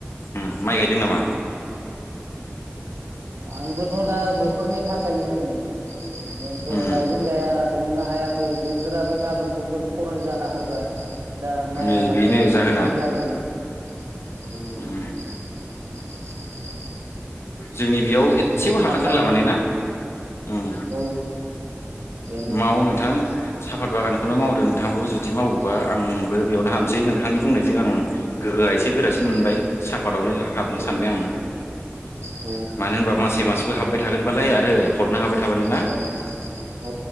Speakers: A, on the left; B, on the right.
A: ओम माइ गाय दों नामा
B: आंबोथ' दा बोथोरनि थाखायनो बेनोथ'
A: उम
B: गायगोन गाया हमनो हायाखै बोथोराबो गाबोन समफोर खरां जाना होबा दा माइ
A: नै
B: आबाद
A: बेनो
B: फोराबो
A: जाहोना
B: बोरै जागोन <inaudible>
A: उम
B: <inaudible>
A: जोंनि बेयाव एदसेबो
B: बेखौनो साननानै
A: हाखाथारला माने ना ओम
B: औ बेनो
A: माव नोंथां साफात बागान खौनो मावदो नोंथाङाबो जुदि मावोबा आंबो बेयावनो हाबसै नोंथांनि बुंनायजों आं गोहोआ एसे गोरासिन मोनबाय
B: औ
A: साफादावनो हाबनो
B: औ
A: सानबाय आङो
B: औ
A: मानो होनबा मासेै मासबो हाबबाय थागोन हरबालाय आरो हरनो हाबाय
B: औ
A: थाबानो ना
B: औ